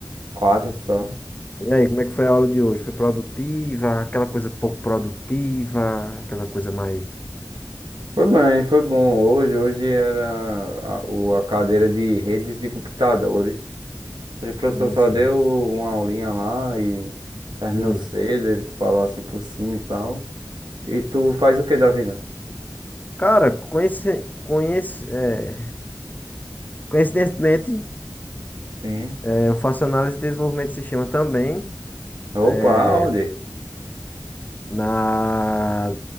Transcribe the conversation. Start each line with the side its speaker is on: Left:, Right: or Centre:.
Right: quatro só.
Left: E aí, como é que foi a aula de hoje? Foi produtiva? Aquela coisa pouco produtiva? Aquela coisa mais...
Right: Foi bem, foi bom. Hoje, hoje era a, o- a cadeira de redes de computadores. Hoje O professor
Left: Sim,
Right: só
Left: sim.
Right: deu uma aulinha lá e terminou
Left: Hum.
Right: cedo, ele falou assim por cima e tal. E tu faz o que da vida?
Left: Cara, conheci... Conheci... é, Coincidentemente,
Right: Sim.
Left: é, eu faço análise de desenvolvimento de sistema também
Right: Opa,
Left: é,
Right: onde?
Left: na...